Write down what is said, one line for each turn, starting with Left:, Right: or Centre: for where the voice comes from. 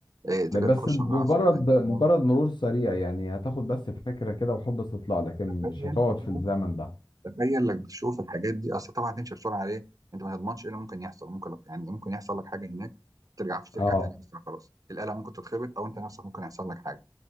Right: آه تبدا
Left: بس
Right: تخش
Left: مجرد
Right: على عصر الدنيا
Left: مجرد مرور سريع يعني هتاخد بس فكرة كده وحب استطلاع لكن
Right: تخيل
Left: مش هتقعد
Right: تشوف
Left: في الزمن ده
Right: تخيل لك تشوف الحاجات دي اصل طبعا هتمشي بسرعه عليه انت ما تضمنش ايه اللي ممكن يحصل ممكن يعني ممكن يحصل لك حاجه هناك ترجعش ترجع
Left: اه
Right: تاني اصلا خلاص الاله ممكن تتخبط او انت نفسك ممكن يحصل لك حاجه